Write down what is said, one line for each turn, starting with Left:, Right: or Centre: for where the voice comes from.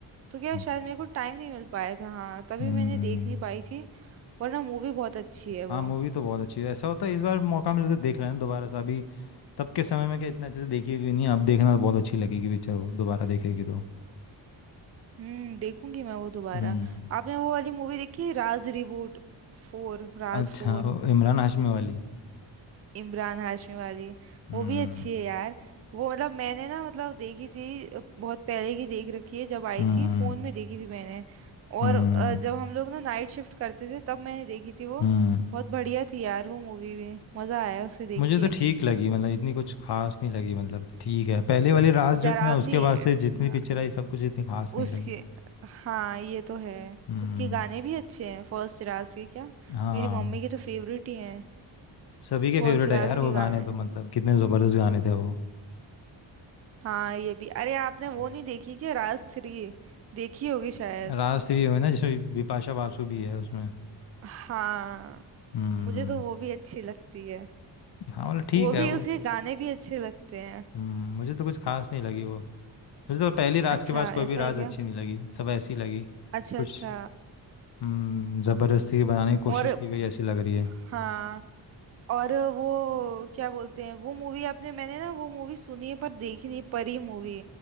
Right: तो क्या
Left: हम्म,
Right: शायद मेरे को टाइम नहीं मिल पाया था हाँ तभी
Left: हम्म।
Right: मैंने देख नहीं पाई थी वरना मूवी बहुत अच्छी है वो
Left: हाँ मूवी तो बहुत अच्छी है ऐसा होता है इस बार मौका मिले तो देख लेना दोबारा से अभी तब के समय में क्या इतना अच्छे से देखी भी नहीं अब देखना तो बहुत अच्छी लगेगी पिक्चर वो दोबारा देखेगी तो
Right: हम्म देखूंगी मैं वो दोबारा
Left: हम्म
Right: आपने वो वाली मूवी देखी Raaz reboot Four Raaz
Left: अच्छा
Right: four
Left: वो इमरान हाशमी वाली
Right: Imran Hashmi वाली
Left: हम्म
Right: वो भी अच्छी है यार वो मतलब मैंने ना मतलब देखी थी अ, बहुत पहले की देख रखी है जब आई
Left: हम्म
Right: थी फोन में देखी थी मैंने और
Left: हम्म
Right: अ, जब हम लोग ना नाइट शिफ्ट करते थे तब मैंने देखी थी वो
Left: हम्म
Right: बहुत बढ़िया थी यार वो मूवी भी मजा आया उसे देख
Left: मुझे
Right: के
Left: तो ठीक लगी मतलब इतनी कुछ खास नहीं लगी मतलब ठीक है पहले वाली रास
Right: डरावनी
Left: जो थी ना उसके बाद से
Right: हाँ
Left: जितनी पिक्चर आई सब कुछ इतनी खास नहीं
Right: उसके
Left: लगी
Right: हाँ ये तो है
Left: हम्म
Right: उसके गाने भी अच्छे हैं फर्स्ट राज के क्या
Left: हाँ
Right: मेरी मम्मी के तो फेवरेट ही हैं
Left: सभी के
Right: फर्स्ट
Left: फेवरेट
Right: राज
Left: है यार
Right: के
Left: वो
Right: गाने
Left: गाने तो मतलब कितने ज़बरदस्त गाने थे वो
Right: हाँ ये भी अरे आपने वो
Left: हम्म।
Right: नहीं देखी क्या राज थ्री देखी होगी शायद
Left: राज थ्री है ना जिसमें बिपाशा बासु भी है उसमें
Right: हाँ
Left: हम्म
Right: मुझे तो वो भी अच्छी लगती है
Left: हाँ मतलब ठीक
Right: वो
Left: है
Right: भी
Left: वो
Right: उसके गाने भी अच्छे लगते हैं
Left: हम्म मुझे तो कुछ खास नहीं लगी वो मुझे तो पहली रास
Right: अच्छा
Left: के बाद कोई
Right: ऐसा
Left: भी राज
Right: है क्या
Left: अच्छी नहीं लगी सब ऐसी लगी
Right: अच्छा
Left: कुछ
Right: अच्छा
Left: हम्म ज़बरदस्ती बनाने की कोशिश
Right: और
Left: की गई ऐसी लग रही है
Right: हाँ और वो क्या बोलते हैं वो मूवी आपने मैंने ना वो मूवी सुनी है पर देखी नहीं परी मूवी